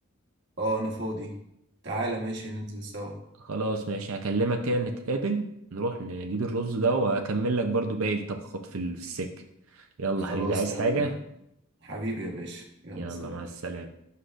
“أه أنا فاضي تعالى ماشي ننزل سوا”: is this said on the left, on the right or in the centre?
Right